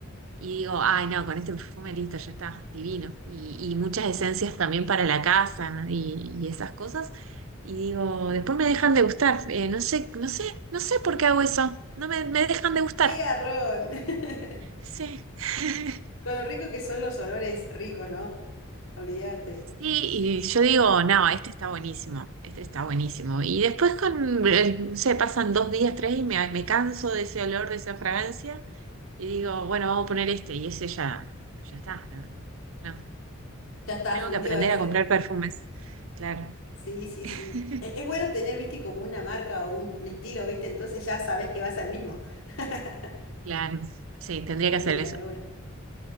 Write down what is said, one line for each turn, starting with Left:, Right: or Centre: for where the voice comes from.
Right: y digo, ay, no, con este perfume listo, ya está, divino. Y, y muchas esencias también para la casa ¿no? y, y esas cosas. Y digo, después me dejan de gustar. Eh, no sé, no sé, no sé por qué hago eso. No me, me dejan de gustar.
Left: ¡Qué garrón! <laughs>
Right: Sí. <laughs>
Left: Con lo rico que son los olores ricos, ¿no? Olvídate.
Right: Sí, y yo digo, no, este está buenísimo, este está buenísimo. Y después con, eh, no sé, pasan dos días, tres y me, me canso de ese olor, de esa fragancia. Y digo, bueno, vamos a poner este. Y ese ya, ya está. No, no, no.
Left: Ya está,
Right: Tengo
Left: fundió
Right: que aprender
Left: ese.
Right: a comprar perfumes. Claro,
Left: Sí,
Right: <laughs>
Left: sí, sí. E- Es bueno tener, viste, como una marca o un un estilo, viste, entonces ya sabes que vas al mismo. <laughs>
Right: claro. Sí, tendría que
Left: De
Right: hacer
Left: una,
Right: eso.
Left: de una.